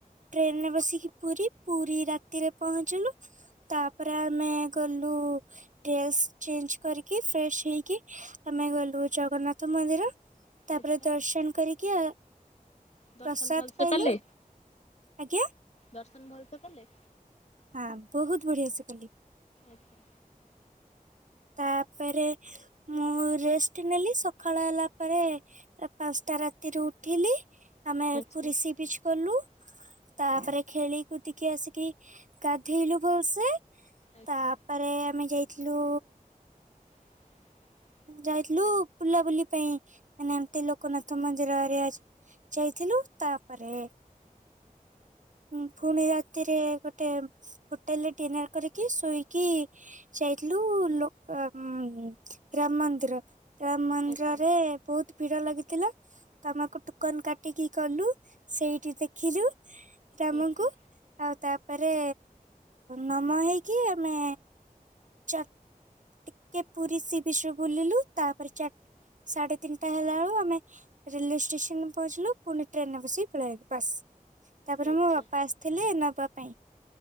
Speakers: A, on the right (about 60°); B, on the left (about 50°).
A: ଟ୍ରେନରେ ବସିକି ପୁରୀ ପୁରୀ ରାତିରେ ପହଞ୍ଚିଲୁ। ତାପରେ ଆମେ ଗଲୁ ଡ୍ରେସ୍ ଚେଞ୍ଜ କରିକି ଫ୍ରେଶ ହେଇକି ଆମେ ଗଲୁ ଜଗନ୍ନାଥ ମନ୍ଦିର। ତାପରେ
B: ଆଚ୍ଛା
A: ଦର୍ଶନ କରିକି
B: ଦର୍ଶନ
A: ପ୍ରସାଦ
B: ଭଲସେ
A: ପାଇଲୁ
B: କଲେ
A: ଆଜ୍ଞା।
B: ଦର୍ଶନ ଭଲସେ କଲେ?
A: ହଁ ବହୁତ ବଢିଆ ସେ କଲି।
B: ଆଛା।
A: ତାପରେ ମୁଁ ରେଷ୍ଟ ନେଲି ସକାଳ ହେଲା ପରେ ଏ ପାଞ୍ଚଟା ରାତିରେ ଉଠିଲି। ଆମେ
B: ଆଚ୍ଛା
A: ପୁରି ସି ବିଚ୍ ଗଲୁ। ତାପରେ ଖେଳି କୁଦିକି ଆସିକି ଗାଧେଇଲୁ ଭଲସେ।
B: ଆଚ୍ଛା
A: ତାପରେ ଆମେ ଯାଇଥିଲୁ
B: <inaudible>
A: ଯାଇଥିଲୁ ବୁଲାବୁଲି ପାଇଁ ମାନେ ଏମତି ଲୋକନାଥ ମନ୍ଦିର ଆରେ। ଯାଇଥିଲୁ ତାପରେ ହୁଁ ପୁଣି ରାତିରେ ଗୋଟେ ହୋଟେଲରେ ଡିନର କରିକି ଶୋଇକି ଯାଇଥିଲୁ ଲୋ ଅ ରାମ ମନ୍ଦିର ରାମ ମନ୍ଦିରରେ
B: ଆଚ୍ଛା ଆଚ୍ଛା
A: ବହୁତ ଭିଡ ଲାଗିଥିଲା। ତମକୁ ଟୋକନ କାଟିକି କଲୁ, ସେଇଠି ଦେଖିଲୁ ରାମଙ୍କୁ।
B: ଆଚ୍ଛା
A: ଆଉ ତାପରେ ନମ ହେଇକି ଆମେ ଚ କେ ପୁରୀ ସି ବିଚ୍ ରେ ବୁଲିଲୁ ତାପରେ ଚାର ସାଢେ ତିନିଟା ହେଲା ବେଳକୁ ଆମେ ରେଲୱେ ଷ୍ଟେସନ ପହଞ୍ଚିଲୁ ପୁଣି ଟ୍ରେନରେ ବସି ପାଲେଇଆଇଲୁ ବସ୍। ତାପରେ
B: ଆଚ୍ଛା ଆଚ୍ଛା।
A: ମୋ ବାପା ଆସିଥିଲେ ନେବା ପାଇଁ।